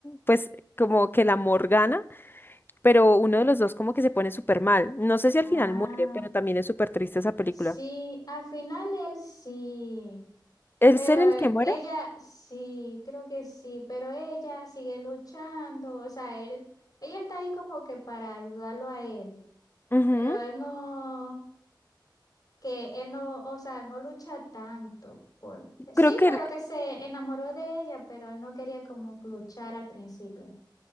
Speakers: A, on the left (about 25°); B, on the left (about 55°).
A: pues como que el amor gana, pero uno de los dos como que se pone súper mal. No sé si al
B: Ah,
A: final muere, pero también es súper triste esa película.
B: sí, al final él sí,
A: ¿Es
B: pero
A: él el
B: eh,
A: que muere?
B: ella sí, creo que sí, pero ella sigue luchando, o sea, él, ella está ahí como que para ayudarlo a él,
A: Ujú.
B: pero él no, que él no, o sea, no lucha tanto por, sí,
A: Creo que
B: pero
A: el-
B: que se enamoró de ella, pero él no quería como luchar al principio.